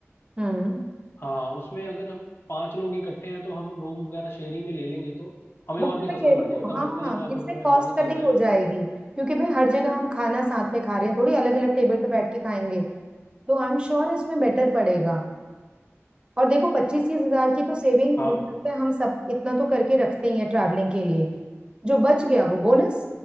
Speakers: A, on the right (about 20°); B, on the left (about 50°).
A: हम्म
B: हाँ उसमें अगर हम पांच लोग इकट्ठे हैं तो हम रूम वगैरह शेयरिंग में ले लेंगे तो हमें
A: वो
B: और भी
A: तो मैं
B: सस्ता
A: कह रही
B: पड़ जाएगा
A: हूँ
B: तब
A: हाँ
B: लगता है एक लाख
A: इसमें
B: रुपए में
A: कॉस्ट
B: हमारा
A: कटिंग
B: चल जाएगा
A: हो जाएगी क्योंकि भाई हर जगह हम खाना साथ में खा रहे हैं थोड़ी अलग अलग टेबल पे बैठ के खाएंगे तो आई एम श्योर इसमें बेटर पड़ेगा और देखो पच्चीस तीस हजार की तो सेविंग
B: हाँ
A: मुझे लगता है हम सब इतना तो करके रखते ही हैं ट्रैवलिंग के लिए जो बच गया वो बोनस